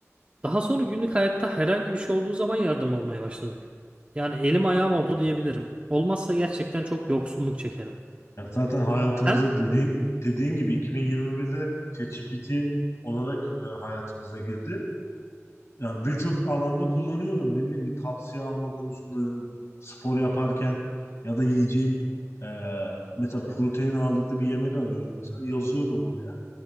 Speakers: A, on the right; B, on the left.
A: Daha sonra günlük hayatta herhangi bir şey olduğu zaman yardım almaya başladık. Yani elim ayağım oldu diyebilirim. Olmazsa gerçekten çok yoksunluk çekerim.
B: Ya zaten hayatımızda
A: Sen?
B: dediğin, dediğin gibi 2021'de ChatGPT olarak e, hayatımıza girdi. Yani birçok alanda kullanıyorum. Ne bileyim bir tavsiye alma konusunda spor yaparken ya da yiyeceğim e, mesela protein ağırlıklı bir yemek arıyorum mesela yazıyorum oraya.